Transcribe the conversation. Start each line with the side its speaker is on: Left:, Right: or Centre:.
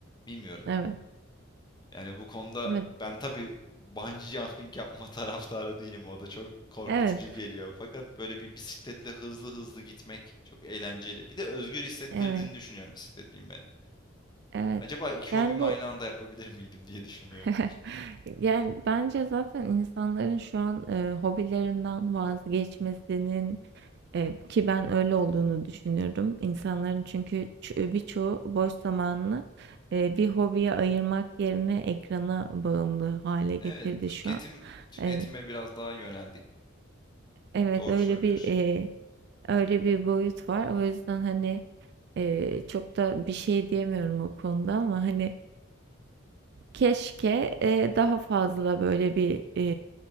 Left: Bilmiyorum.
Right: evet.
Left: Yani bu konuda
Right: Evet.
Left: ben tabii bungee jumping yapma <laughs> taraftarı değilim. O da çok korkutucu
Right: Evet.
Left: geliyor. Fakat böyle bir bisikletle hızlı hızlı gitmek çok eğlenceli. Bir de özgür hissettirdiğini
Right: Evet.
Left: düşünüyorum bisiklet binmenin.
Right: Evet.
Left: Acaba iki
Right: Yani
Left: hobimi
Right: bu
Left: aynı anda yapabilir miydim diye düşünüyorum.
Right: <laughs> yani bence zaten insanların şu an e, hobilerinden vazgeçmesinin E, ki ben öyle olduğunu düşünüyorum. İnsanların çünkü ç- birçoğu boş zamanını e, bir hobiye ayırmak yerine ekrana bağımlı hale getirdi
Left: Evet, tüketim
Right: şu an.
Left: tüketime
Right: E,
Left: biraz daha yöneldik.
Right: evet
Left: Doğru
Right: öyle
Left: söylüyorsun.
Right: bir e, öyle bir boyut var. O yüzden hani e, çok da bir şey diyemiyorum o konuda ama hani Keşke e, daha fazla böyle bir e,